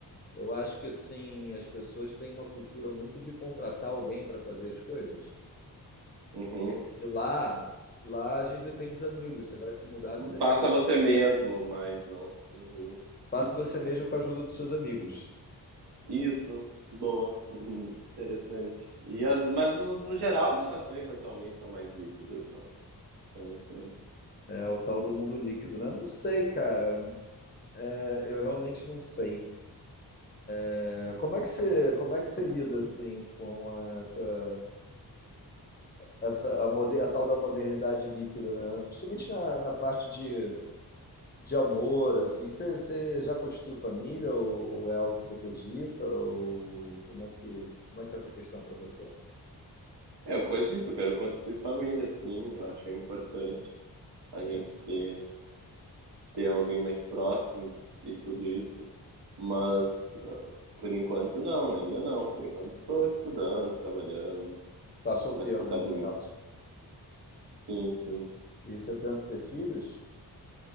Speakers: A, on the left (about 25°); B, on the right (about 75°).
A: eu acho que assim, as pessoas têm uma cultura muito de contratar alguém para fazer as coisas.
B: Uhum.
A: E lá, lá a gente depende dos amigos. Você vai se mudar, você depende.
B: Faça você mesmo, mas não. Uhum.
A: Faça você mesmo com a ajuda dos seus amigos.
B: Isso. Boa. Uhum. Interessante. E
A: <laughs>
B: as, mas no, no geral as relações atualmente são mais líquidas, não? Então, isso.
A: É o tal do mundo líquido, né? Não sei, cara. É, eu realmente não sei. É, como é que você, como é que você lida assim com essa, essa a, moder, a tal da modernidade líquida, né? Principalmente na, na parte de, de amor, assim. Você, você já constituiu família ou, ou é algo que você cogita? Ou como é que como é que é essa questão para você?
B: É, eu cogito, eu quero constituir família, sim, eu acho importante a
A: Você
B: gente ter, ter alguém mais próximo e tudo isso, mas ah, por enquanto não, ainda não, por enquanto estou estudando, trabalhando,
A: está solteiro
B: mais focado
A: no momento
B: em mim. Sim, sim.
A: e você pensa em ter filhos?